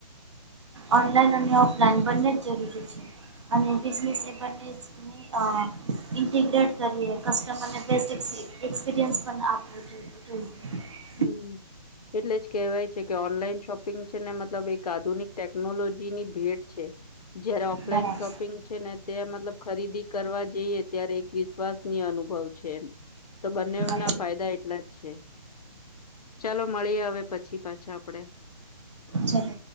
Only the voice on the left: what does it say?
હમ એટલે જ કહેવાય છે કે ઓનલાઈન શોપિંગ છે ને મતલબ એક આધુનિક ટેકનોલોજીની ભેટ છે. જયારે ઓફલાઈન
શોપિંગ છે ને તે મતલબ ખરીદી કરવા જઈએ ત્યારે એક વિશ્વાસની અનુભવ છે એમ તો બંને
નાવ ફાયદા એટલા જ છે ચાલો મળીએ હવે પછી પાછા આપડે